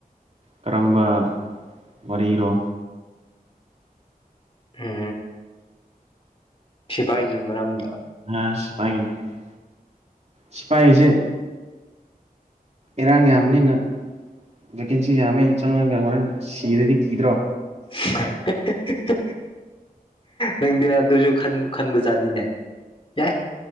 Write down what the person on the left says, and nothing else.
ꯍꯥ ꯁꯤꯐꯥꯏꯒꯤ ꯃꯔꯝꯗ
<unintelligible> ꯅꯪꯗꯤ ꯑꯗꯨꯁꯨ ꯈꯟ ꯈꯟꯕꯖꯥꯠꯅꯤꯅꯦ ꯌꯥꯏ